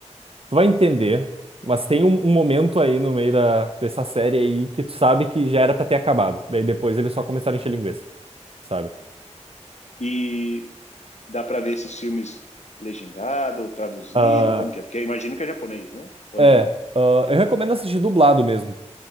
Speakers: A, on the right (about 50°); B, on the left (about 70°).
A: Tu vai entender, mas tem um, um momento aí no meio da, dessa série aí que tu sabe que já era pra ter acabado. Daí depois eles só começaram a encher linguiça, sabe?
B: E dá pra ver esses filmes legendado, traduzido,
A: Ah,
B: como que é? Porque eu imagino que é japonês, né? Ou
A: é,
B: não?
A: ah, eu recomendo assistir dublado mesmo.